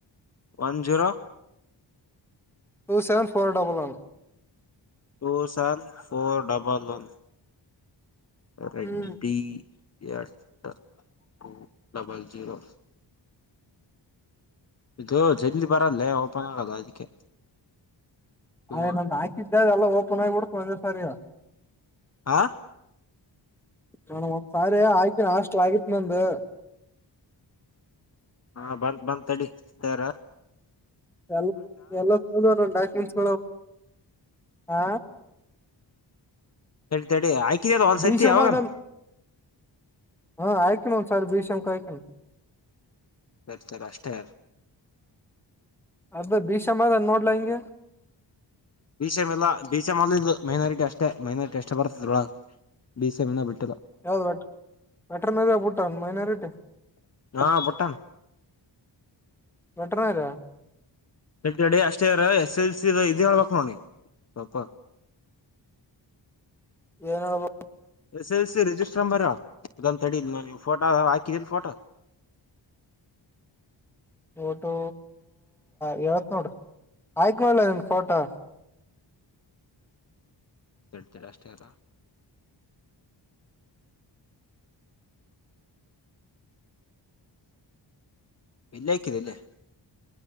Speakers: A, on the left (about 35°); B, in the centre.
A: one zero
B: two seven four double one
A: two seven four double one. ರೆಡ್ಡಿ
B: ಹ್ಮ್
A: ಎಟ್ಟ ಟೂ ಡಬಲ್ ಜೀರೋ ಇದು ಜಲ್ ಬರಲ್ಲೇ ಓಪನ್ ಆಗಲ್ಲ ಅದಕ್ಕೆ ಇವು
B: ಆ ನ ಹಾಕಿದ್ದೆ ಅ ಎಲ್ಲ ಓಪನ್ ಆಗಿಬಿಡ್ತು ಒಂದೆ ಸರಿ
A: ಆ
B: ನಾನು ಒಂದ್ಸಾರಿ ಆಯ್ತಿನ ಹಾಸ್ಟ್ಲ್ ಆಗಿತಿ ನಂದು
A: ಹಾ ಬಂದ ಬಂದ ತಡಿ ತಾರ
B: ಎ ಎಲ್ಲ ತ ಡಾಕ್ಯುಮೆಂಟ್ಸ್ ಹ
A: ತಡಿ ಆಕಿದದ ಒಂದ್ ಸತಿ
B: ಭೀಷಮದನ್
A: ಯಾವಾಗಾನ
B: ಹಾ ಆಯ್ಕಣ ಒಂದ್ ಸಾರಿ ಭೀಷಂಕ ಆಯ್ಕಣ
A: ರಪ್ತಾರಾಷ್ಟಟಾರ
B: ಅದ ಭೀಷಮ ಅದನ್ ನೋಡ್ಲಾ ಹಂಗೆ
A: ಬೀ ಸಿ ಎಂ ಅಲ್ಲ ಬೀ ಸಿ ಎಂ ಅಲ್ಲ ಇದು ಮೈನಾರಿಟಿ ಅಷ್ಟೇ ಮೈನಾರಿಟಿ ಅಷ್ಟೇ ಬರ್ತದ್ರೊಳಗೆ ಬೀ ಸಿ ಎಂ ಎ ಬಿಟ್
B: ಯಾವ್ದ ವೆಟ್ ವೆಟರ್ನರಿಬುಟ್ಟಾನ್ ಮೈನಾರಿಟಿ
A: ಹಾ ಬುಟ್ಟಾನ್
B: ವೆಟರ್ನರಿಯಾ
A: ಡಿಕೆಡಿ ಅಷ್ಟೇ ಇರ ಎಸ್ ಎಲ್ ಸಿ ದ ಇದ ಹೇಳ್ಬಕ್ ನೋಡಿ ಸ್ವಲ್ಪ
B: ಏನ ಹೇಳ್ಬಕ್
A: S L C register number ಇದೊಂದ ತಡಿ ಫೋಟೋ ಹಾಕಿದೀಲ್ ಫೋಟೋ
B: <inaudible> ಫೋಟೋ ಹೇಳ್ತ್ನ ನೋಡ್ ಆಯ್ಕ್ ನೋಡ್ಲೇ ನಿನ್ಗ ಫೋಟೋ
A: ತಡಿ ತಡಿ ಅಷ್ಟೇ ‌ಇರ ಇಲ್ಲೇ ಆಕಿದೆಲ್ಲೇ